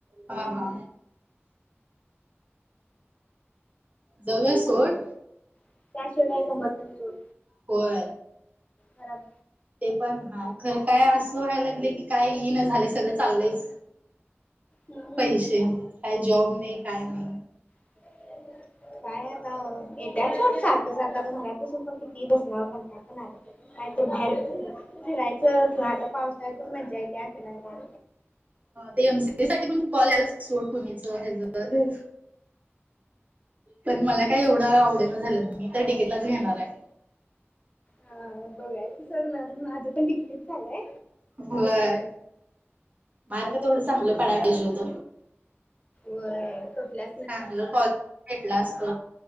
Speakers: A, on the right; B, on the left.
A: हा हा जऊया सोड
B: त्याशिवाय काय गमत नाही सोड
A: होय
B: घरात
A: ते पण हाय खरं काय असं व्हायला लागलय की काय ईना झालय सगळं चालंयच
B: हम्म
A: पैशे काय जॉब नइ काय नइ
B: <unintelligible> काय आता येत्यात सोड सारक सारक आता घरात बसून पण किती बसणार कंटाळ पण येणार का तर बाहेर फिरायचं किंवा आता पावसाळत मज्जा येत्या फिरायला
A: ते एमसीए साटी पण कॉल याल्यात सोड पुणेच हेच तेझ पण मला काय एवड आवडना झाल्यात मी तर डिकेटीलाच घेणाराय
B: हा बगाय इल सोड माजं पण डीकेटीच चालय
A: व्हय मार्क तेवड चांगलं पडायला पाइजेहुत
B: वय कुटल्या
A: चांगलं काल भेटला असत